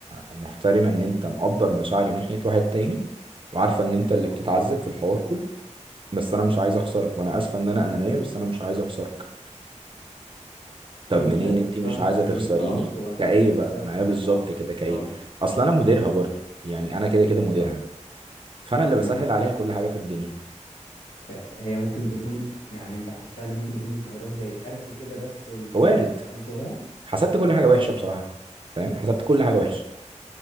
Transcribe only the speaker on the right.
محترمه ان انت مقدر مشاعري ناحيه واحد تاني وعارفه ان انت اللي
بتتعذب في الحوار كله بس انا مش عايز اخسرك وانا اسفه ان انا انانيه بس انا مش عايز اخسرك طب
منين
انت
مش عايزه
تخسريني
كايه
بقى ما
هي بالظبط
كده كايه
اصل انا مديرها برضو يعني انا كده كده مديرها
فانا اللي
بسهل عليها كل حاجه في الدنيا
وارد
حسبت كل
حاجه وحشه بصراحه فاهم حسبت كل
حاجه وحشه